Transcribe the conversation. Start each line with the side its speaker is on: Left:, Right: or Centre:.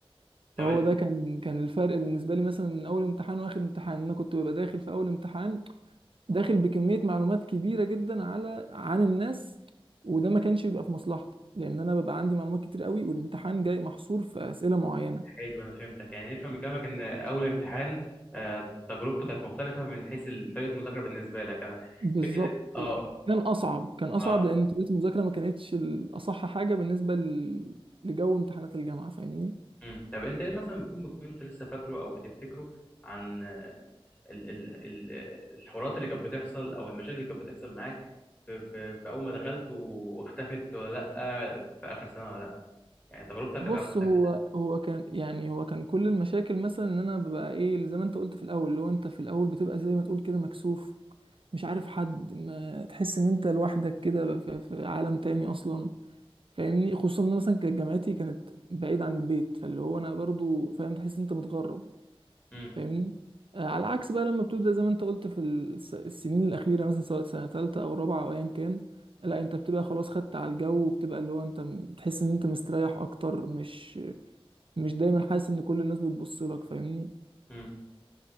Left: طب
Right: فهو ده كان كان الفرق بالنسبه لي مثلا من اول امتحان واخر امتحان انا كنت ببقى داخل في اول امتحان داخل بكمية معلومات كبيرة جدا على عن الناس وده ما كانش بيبقى في مصلحتي لأن أنا ببقى عندي معلومات كتير قوي والامتحان جاي محصور في أسئلة معينة
Left: حلو انا فهمتك يعني نفهم من كلامك ان اول امتحان آه، تجربته كانت مختلفه من حيث ال- طريقه المذاكره بالنسبه لك انا
Right: بالظبط
Left: فكره اه
Right: يعني كان أصعب كان أصعب
Left: اه
Right: لأن طريقة المذاكرة ما كانتش الأصح حاجة بالنسبة ل- لجو امتحانات الجامعة فاهمني
Left: مم. طب انت ايه مثلا بيكون بيكون انت لسه فاكره او بتفتكره عن آه، ال ال ال الحوارات اللي كانت بتحصل او المشاكل اللي كانت بتحصل معاك في, في, في اول ما دخلت واختفت ولا لا في اخر سنه ولا لا يعني تجربتك
Right: بص
Left: كانت عامله
Right: هو
Left: ازاي؟
Right: هو كان يعني هو كان كل المشاكل مثلا ان انا ببقى ايه اللي زي ما انت قلت في الاول اللي هو انت في الاول بتبقى زي ما تقول كده مكسوف مش عارف حد ما تحس ان انت لوحدك كده في في عالم تاني اصلا فاهمني خصوصا ان مثلا كانت جامعتي كانت بعيد عن البيت فاللي هو انا برضو فاهم تحس إن انت متغرب
Left: امم
Right: فاهمني آه على العكس بقى لما بتبدا زي ما انت قلت في الس- السنين الاخيره مثلا سواء سنه ثالثه او رابعه او ايا كان لا انت بتبقى خلاص خدت على الجو وبتبقى اللي هو انت م- تحس ان انت مستريح اكتر مش مش دايما حاسس ان كل الناس بتبص لك فاهمني
Left: امم